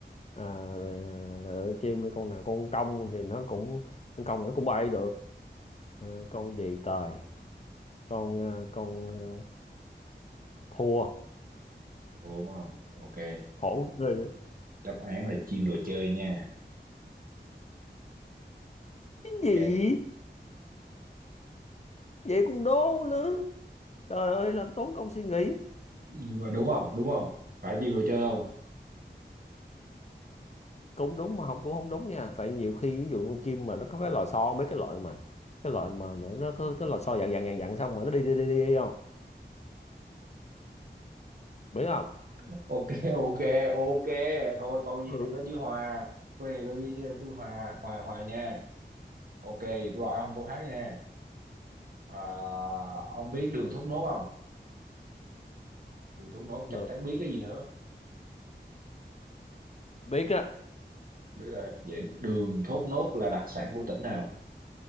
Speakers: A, on the left (about 40°); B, on the right (about 50°).
A: à, rồi, ờ, chim mấy con nào con cong thì nó cũng con cong nó cũng bay được Ờ, con gì trời con ờ, con ờ, thua
B: Ủa, đúng không ok
A: khổ ghê vậy.
B: đáp án là chim đồ chơi nha
A: cái
B: ok
A: gì vậy cũng đố nữa trời ơi làm tốn công suy nghĩ
B: nhưng mà đúng không đúng không phải chim đồ chơi không
A: cũng đúng mà học cũng không đúng nha tại nhiều khi ví dụ con chim mà nó có cái lò xo mấy cái loại mà cái loại mà, mà nó có cái lò xo dặn dặn dặn dặn xong mà nó đi đi đi đi, đi không biết không
B: ok <laughs> ok ok thôi câu như
A: ừ.
B: này có chữ hòa câu này có chữ như tôi hòa hòa hòa nha ok tôi hỏi ông câu khác nha à, ông biết đường thốt nốt không đường thốt nốt
A: đường
B: chắc chắn biết cái gì nữa
A: biết á
B: biết rồi vậy đường thốt nốt là đặc sản của tỉnh nào